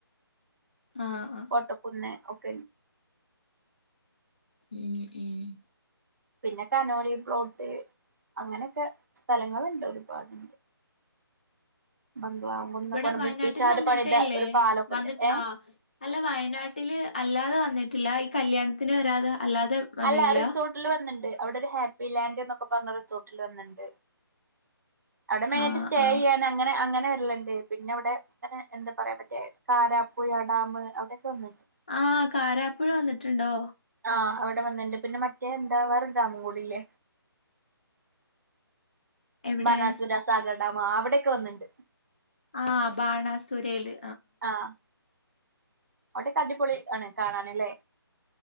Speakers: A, on the left (about 20°); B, on the right (about 45°).
A: ആഹ് ആഹ്
B: ഓട്ടപ്പന്നെ ക
A: ഉം ഉം <unintelligible>
B: പിന്നെ കനോലി പ്ലോട്ട് അങ്ങനെയൊക്കെ സ്ഥലങ്ങളുണ്ട് ഒരുപാടുണ്ട് ബംഗ്ലാവുന്നൊക്കെ
A: ഇവിടെ
B: പറഞ്ഞ
A: വയനാട്ടിൽ
B: ബ്രിട്ടീഷുകാര്
A: വന്നിട്ടേല്ലേ
B: പണിത ഒരു പാലൊക്കെ
A: വന്നിട്ട്
B: ഉണ്ട് ഏ
A: ആ അല്ല വയനാട്ടില് അല്ലാതെ വ വന്നിട്ടില്ല ഈ കല്യാണത്തിന് വരാതെ അല്ലാതെ വന്നീല്ല
B: അല്ല റിസോർട്ടില് വന്നിണ്ട് അവിടെ ഒരു ഹാപ്പി ലാൻഡ് എന്നൊക്കെ പറഞ്ഞ റിസോർട്ടിൽ വന്നിണ്ട് അവിടെ മെന
A: ആഹ്
B: ആട്ട് സ്റ്റേ
A: ആഹ്
B: ചെയ്യാൻ അനെ അങ്ങനെ ണ്ട് പിന്നെ ഇവിടെ അങ്ങനെ എന്താ പറയാ മറ്റേ കാരാപ്പുഴ ഡാം അവിടെൊക്കെ ഒന്നണ്ട്
A: ആ് കാരാപ്പുഴ വന്നിട്ടുണ്ടോ
B: ആഹ് അവിടെ വന്നിണ്ട് പിന്നെ മറ്റേ എന്താവാറ രാാമൻ കൂടില്ലേ
A: എവിടെ
B: ബനസവിരാ സാഗര ണ്ടാമ അവിടെയൊക്കെ വന്നിണ്ട്
A: ആഹ ബാണ സുരല്
B: ആഹ അവിടെ കടിപൊളി ആണ് കാണാനല്ലേ